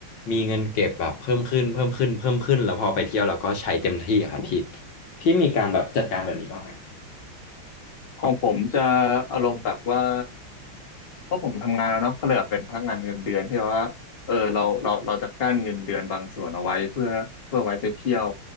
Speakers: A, on the left (about 60°); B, on the left (about 30°).
A: มีเงินเก็บแบบเพิ่มขึ้นเพิ่มขึ้นเพิ่มขึ้นแล้วพอไปเที่ยวเราก็ใช้เต็มที่อะครับพี่พี่มีการแบบจัดการแบบนี้บ้างไหม
B: ของผมจะอารมณ์แบบว่า เพราะผมทำงานแล้วเนาะก็เลยแบบเป็นพนักงานเงินเดือนที่ว่าเออเราเราเราจะกั้นเงินเดือนบางส่วนเอาไว้เพื่อเพื่อไว้ไปเที่ยว